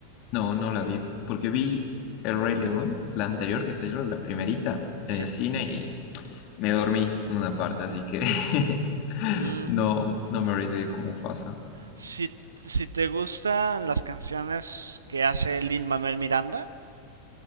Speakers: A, on the left; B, on the right.
A: no, no la vi, porque vi El Rey León, la anterior que salió, la primerita, en
B: Sí.
A: el cine y me dormí en una parte, así que <laughs>
B: Mm,
A: no, no me arriesgué como Mufasa.
B: si, si te gustan las canciones que hace Lin-Manuel Miranda,